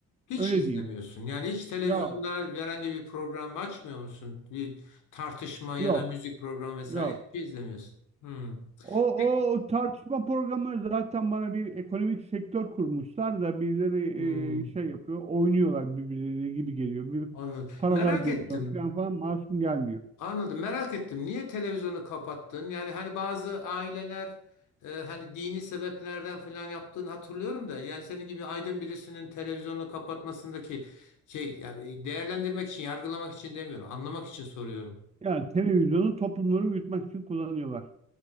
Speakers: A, on the left; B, on the right.
A: Hiç
B: Öyle
A: izlemiyorsun.
B: diyeyim.
A: Yani hiç televizyonda
B: Yok,
A: herhangi bir program açmıyor musun? Bir tartışma ya
B: yok,
A: da müzik programı vesaire
B: yok.
A: hiçbir şey izlemiyorsun. Hmm.
B: O, o,
A: Peki-
B: o tartışma programı zaten bana bir ekonomik sektör kurmuşlar da birileri
A: Hmm,
B: e, şey yapıyor, oynuyorlar birbirleri gibi geliyor. Bir
A: anladım.
B: paralar
A: Merak
B: dönüyor
A: ettim.
B: falan falan masum gelmiyor.
A: Anladım. Merak ettim. Niye televizyonu kapattın? Yani hani bazı aileler e, hani dini sebeplerden falan yaptığını hatırlıyorum da yani senin gibi aydın birisinin televizyonu kapatmasındaki şey yani değerlendirmek için, yargılamak için demiyorum. Anlamak için soruyorum.
B: Yani televizyonu toplumları uyutmak için kullanıyorlar.